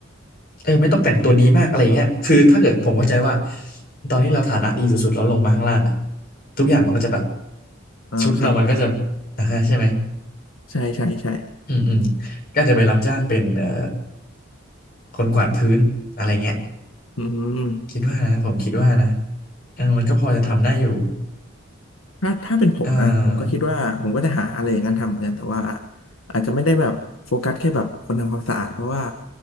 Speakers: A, on the left; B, on the left.
A: เออไม่ต้องแต่งตัวดีมากอะไรเงี้ยคือถ้าเกิดผมเข้าใจว่าตอนที่เราฐานะดีสุดๆแล้วลงมาข้างล่างอะทุกอย่างมันก็จะแบบ
B: อ่าครับ
A: ชุดเรามันก็จะอ่าฮะใช่ไหม
B: ใช่ใช่ใช่
A: อืมอืมก็อาจจะไปรับจ้างเป็นเอ่อคนกวาดพื้นอะไรเงี้ย
B: อืม
A: คิดว่านะผมคิดว่านะเออมันก็พอจะทำได้อยู่
B: ถ้าถ้าเป็นผมนะผมก็คิดว่าผมก็จะหาอะไรอย่างนั้นทำเหมือนกันแต่ว่า
A: เออ
B: อาจจะไม่ได้แบบโฟกัสแค่แบบคนทำความสะอาดเพราะว่า